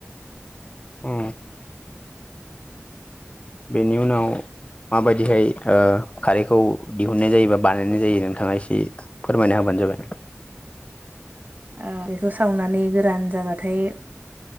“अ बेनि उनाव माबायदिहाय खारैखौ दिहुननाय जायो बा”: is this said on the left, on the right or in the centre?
Left